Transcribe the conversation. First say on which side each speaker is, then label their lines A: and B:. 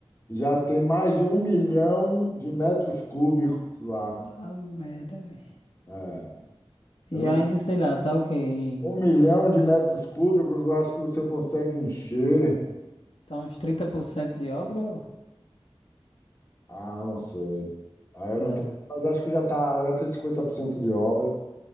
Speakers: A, on the left (about 25°); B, on the left (about 70°).
A: já tem mais de um milhão de metros cúbicos lá.
B: Puta merda, velho.
A: É,
B: E
A: eu não-
B: ainda, sei lá, tá o quê? Em-
A: um milhão de metros cúbicos, eu acho que você consegue encher.
B: Tá uns 30% de obra? ou-
A: Ah, não sei. Ah, eu
B: É.
A: não tô, mas acho que já tá, já tem 50% de obra.